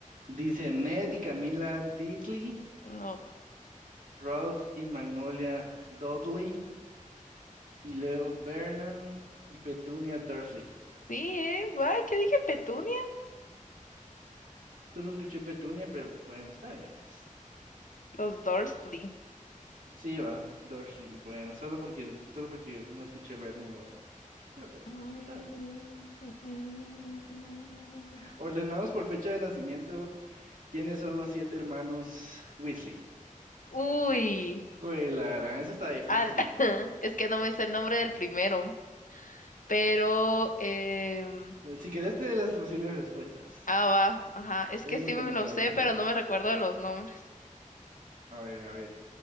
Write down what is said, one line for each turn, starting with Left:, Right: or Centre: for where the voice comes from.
Right: Dice Ned y Camila Diddley,
Left: no.
Right: Ralph y Magnolia Dudley, y luego Vernon y Petunia Dursley.
Left: Sí, ¿eh? Ay, ¿qué dije? Petunia.
Right: Yo lo escuché Petunia, pero bueno, está bien, pues.
Left: Los Dursley.
Right: Sí, va, Dursley, bueno, solo porque, solo porque no escuché Vernon, va, pero pues va,
Left: Mm,
Right: está bien.
Left: mm, mm. mm.
Right: Ordenados por fecha de nacimiento, ¿quiénes son los siete hermanos Weasley?
Left: Uy.
Right: Güey, la verdad, eso está difícil.
Left: Al... <laughs> Es que no me sé el nombre del primero, pero... em,
Right: Si querés, te doy las posibles respuestas,
Left: <clears throat> Ah, va. Ajá. Es
Right: solo
Left: que sí
Right: porque
Left: me
Right: me
Left: lo
Right: quedé
Left: sé,
Right: bien.
Left: pero no me recuerdo de los nombres.
Right: A ver, a ver.